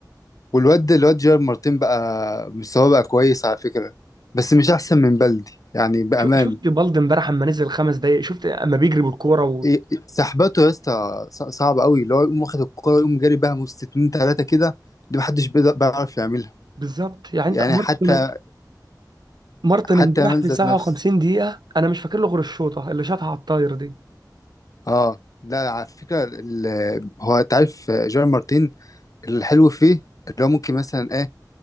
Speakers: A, on the left; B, on the right.
A: والواد الواد جيرار مارتين بقى مستواه بقى كويس على فكرة بس مش أحسن من بلدي يعني بأمان
B: شو- شفت بالدي امبارح اما نزل خمس دقايق شفت اما بيجري بالكوره و...
A: إيه- إيه، سحباته يا اسطى ص- صعب قوي اللي هو يقوم واخد الكرة يقوم جاري بيها من ستين تلاتة كده دي محدش بيقدر- بيعرف يعملها
B: بالظبط يعني انت
A: يعني
B: مارتن
A: حتى
B: مارتن
A: حتى
B: امبارح
A: يامال
B: في
A: ذات
B: 57
A: نفس
B: دقيقه انا مش فاكر له غير الشوطه اللي شاطها على الطاير دي
A: اه لا على فكره ال- هو انت عارف جيرار مارتين الحلو فيه اللي هو ممكن مثلا ايه